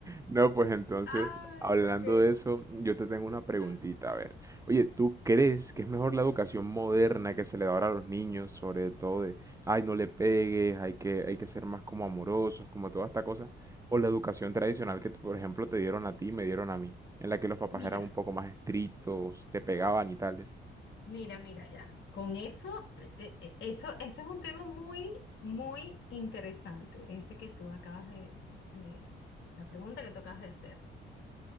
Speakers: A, on the right; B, on the left.
A: No, pues entonces,
B: Ay,
A: hablando
B: ok.
A: de eso, yo te tengo una preguntita,
B: Ah,
A: a ver. Oye, ¿tú crees que es mejor la educación moderna que se le da ahora a los niños, sobre todo de, ay, no le pegues, hay que, hay que ser más como amorosos, como toda esta cosa? O la educación tradicional que, por ejemplo, te dieron a ti, y me dieron a mí, en la que los papás
B: Mira,
A: eran un poco más estrictos, te pegaban y tales.
B: mira, mira, ya. Con eso, eh, eh, eh, eso, ese es un tema muy, muy interesante, ese que tú acabas de, de, la pregunta que tú acabas de hacer.